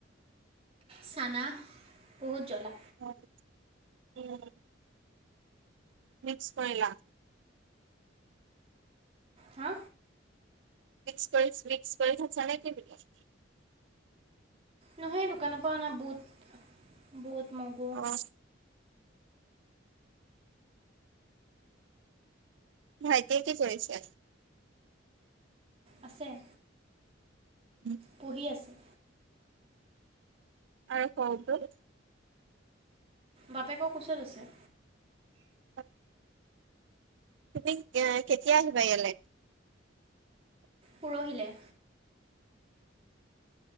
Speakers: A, on the right (about 30°); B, on the right (about 65°).
A: চানা বহুত জ্বলা।
B: অ' উম। মিক্স কৰিলা?
A: হা
B: মিক্স কৰি মিক্স খাইছা নে কি তুমি?
A: নহয় এই দোকানৰ পৰা অনা বুট বুট মো
B: অ'। ভাইটিয়ে কি কৰিছে?
A: আছেঁ।
B: উম।
A: পঢ়ি আছেঁ।
B: আৰু সৰুটো?
A: বাপেকৰ কোচত আছে।
B: ত। তুমি কেতিয়া আহিবা ইয়ালে?
A: পৰহিলে।